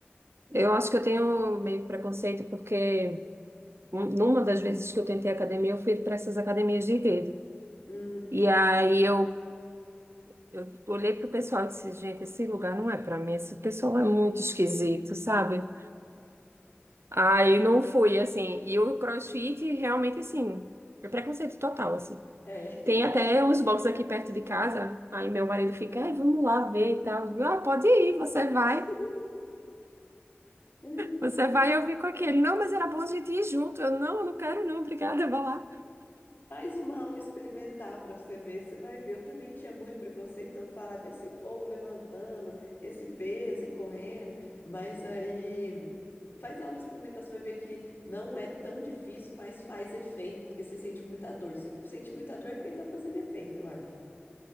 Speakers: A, on the right (about 75°); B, on the left (about 55°).
A: Eu acho que eu tenho meio preconceito porque um- numa das vezes que eu tentei academia, eu fui para essas academias de rede.
B: Hum,
A: E aí eu, eu olhei pro pessoal e disse, gente, esse lugar não é para mim, esse pessoal é muito esquisito, sabe? Aí não fui, assim. E o CrossFit, realmente, assim, é preconceito total, assim.
B: é.
A: Tem até uns boxes aqui perto de casa. Aí meu marido fica, "Ai, vamos lá ver e tal. Eu, Ah, pode ir, você vai.
B: <laughs> Hum,
A: Você vai, eu fico aqui. Ele, não, mas era bom a gente ir junto. Eu, não, eu não quero não, obrigada, vá lá.
B: Faz uma aula experimental para você ver, você vai ver. Eu também tinha muito preconceito, então eu falava, "Vê esse povo levantando, esse peso e correndo, mas aí faz a aula experimental, você vai ver que não é tão difícil, mas faz efeito, porque você sente muita dor. Se sente muita dor é porque tá fazendo efeito, eu acho.